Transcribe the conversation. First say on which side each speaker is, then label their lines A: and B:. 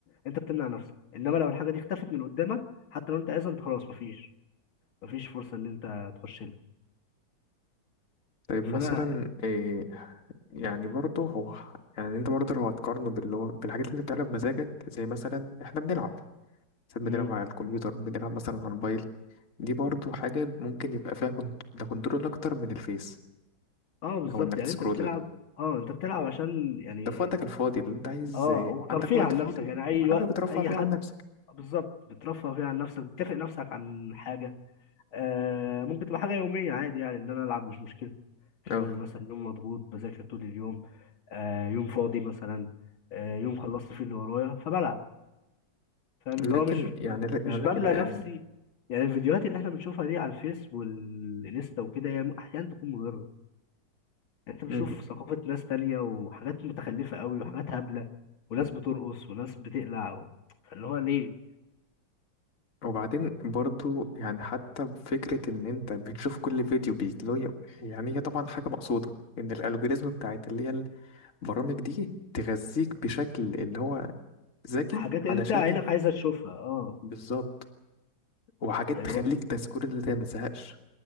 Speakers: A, on the left (about 80°); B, on the left (about 40°).
A: انت بتمنع نفسك انما لو الحاجه دي اختفت من قدامك حتى لو انت عايزها انت خلاص مفيش مفيش فرصه ان انت تخش لها
B: طيب مثلا
A: فانا
B: آه، يعني برضه هو يعني انت برضه لو هتقارنه باللي هو بالحاجات اللي بتعملها بمزاجك زي مثلا احنا بنلعب ساعات
A: مم.
B: بنلعب على الكمبيوتر بنلعب مثلا على الموبايل دي برضه حاجة ممكن يبقى فيها كنت... ده كنترول أكتر من الفيس
A: اه بالظبط
B: أو إنك
A: يعني
B: تسكرول
A: انت بتلعب اه انت بتلعب عشان يعني
B: ده في وقتك الفاضي اللي انت عايز
A: اه وترفيه
B: عندك وقت
A: عن
B: فاضي
A: نفسك يعني اي
B: وحاجة
A: وقت
B: بترفع
A: اي
B: فيها
A: حد
B: عن نفسك
A: بالظبط بترفه فيه عن نفسك بتكافئ نفسك عن حاجه آه ممكن تبقى حاجة يومية عادي يعني إن أنا ألعب مش مشكلة في
B: اه
A: يومي مثلا يوم مضغوط بذاكر طول اليوم آه يوم فاضي مثلا آه يوم خلصت فيه اللي ورايا فبلعب فاهم اللي
B: لكن
A: هو مش
B: يعني لا
A: مش
B: يعني
A: بملى
B: لكن يعني
A: نفسي يعني الفيديوهات اللي احنا بنشوفها دي على الفيس والانستا وكده هي م- أحيانا تكون مضرة يعني أنت بتشوف
B: مم.
A: ثقافة ناس تانية وحاجات متخلفة قوي وحاجات هبلة وناس بترقص وناس بتقلع و- اللي هو ليه
B: وبعدين برضه يعني حتى فكرة إن أنت بتشوف كل فيديو بيتلو يعني هي طبعا حاجة مقصودة إن الألجوريزم بتاعت اللي هي البرامج دي تغذيك بشكل اللي هو ذكي
A: حاجات أنت
B: علشان
A: عينك
B: ي-
A: عايزة تشوفها أه
B: بالظبط وحاجات
A: يعني
B: تخليك
A: هو
B: ده سكور اللي انت ما تزهقش